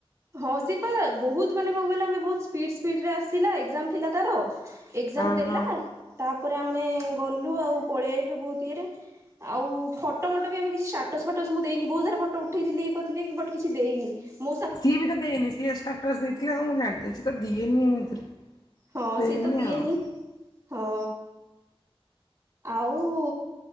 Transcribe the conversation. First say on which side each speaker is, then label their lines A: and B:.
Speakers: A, on the right; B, on the left.
A: ହଁ ସିଏପା ବହୁତ ମାନେ କଣ କହିଲ ଆମେ ବହୁ ସିର୍ପିଡ଼ସିର୍ପିଡ଼ ଆସିଲା ଏକ୍ଜାମ ଥିଲା ତାର। ଏକ୍ସଜାମ
B: ଓହୋ
A: ଦେଲା ତାପ ତାପରେ ଆମେ ଗଲୁ ଆଉ ପଳେଇ ଆଇଲୁ ବହୁତ ଇଏରେ ଆଉ ଫଟୋ ମୋଟ ବି ଆମେ କିଛି ଷ୍ଟାଟସ ଫାଟସ ମୁଁ ଦେଇନି ବହୁତ ସାରା ଫଟୋ ଉଠେଇଥିଲି ଇଏ କରିଥିଲି ବଟ କିଛି ଦେଇନି। ମୁ
B: ସିଏ ବିି ତ ଦେଇନି ସିଏ ସ୍ଟାଟସ ଦେଇଥିଲେ ହଁ ମୁଁ ଜାଣିଥାନ୍ତି ସେ ତ ଦିଏନୀ ଏମିତିରେ।
A: ହଁ
B: ଦେଇନି
A: ସିଏ ତ ଦିଏନି,
B: ଆଉ।
A: ହଁ। ଆଉ-ଉ